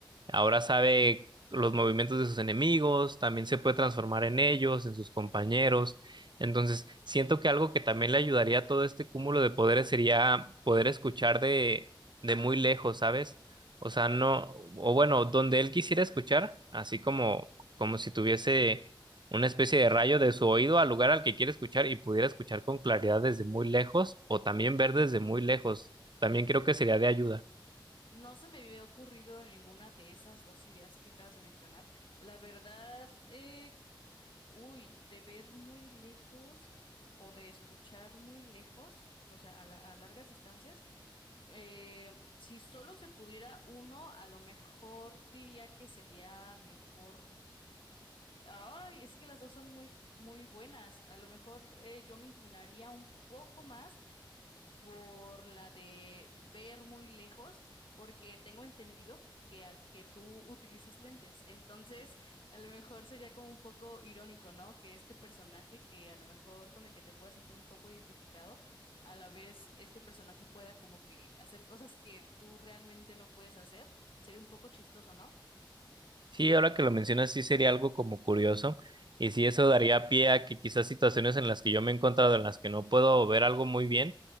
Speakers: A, on the right; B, on the left.
A: Ahora sabe los movimientos de sus enemigos, también se puede transformar en ellos, en sus compañeros. Entonces, siento que algo que también le ayudaría a todo este cúmulo de poderes sería poder escuchar de, de muy lejos, ¿sabes? O sea, no, o bueno, donde él quisiera escuchar, así como, como si tuviese una especie de rayo de su oído al lugar al que quiere escuchar y pudiera escuchar con claridad desde muy lejos o también ver desde muy lejos. También creo que sería de ayuda.
B: No se me había ocurrido ninguna de esas dos ideas que acabas de mencionar. La verdad, eh, uy, de ver muy lejos o de escuchar muy lejos, o sea, a la- a largas distancias. Eh, si solo se pudiera uno, a lo mejor diría que sería mejor. Ay, es que las dos son muy, muy buenas. A lo mejor eh, yo me inclinaría un poco más por la de ver muy lejos, porque tengo entendido que, al- que tú utilizas lentes. Entonces, <laughs> a lo mejor sería como un poco irónico, ¿no? Que este personaje, que a lo mejor con el que te puedas sentir un poco identificado, a la vez este personaje pueda como que hacer cosas que tú realmente no puedes hacer. Sería un poco chistoso, ¿no?
A: Sí, ahora que lo mencionas, sí sería algo como curioso. Y sí, eso daría pie a que quizás situaciones en las que yo me he encontrado, en las que no puedo ver algo muy bien,